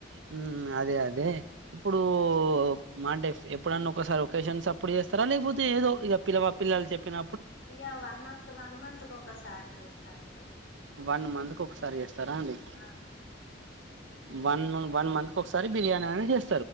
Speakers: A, on the right (about 70°); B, on the left (about 85°).
A: హ్మ్మ్ అదే అదే ఇప్పుడు మా అంటే ఎప్పుడన్నా ఒకసారి ఓకేషన్స్ అప్పుడు చేస్తారా లేకపోతే ఏదో ఇక పిల్లవా పిల్లలు చెప్పిన
B: ఇగా వన్ మంత్ వన్ మంత్ కు ఒక్కసారి చేస్తానండి
A: వన్ మంత్ ఒకసారి చేస్తారా అండి
B: ఆ
A: వన్
B: చే
A: వన్ మంత్ కొ సరీ బిర్యానన్ ఏ స్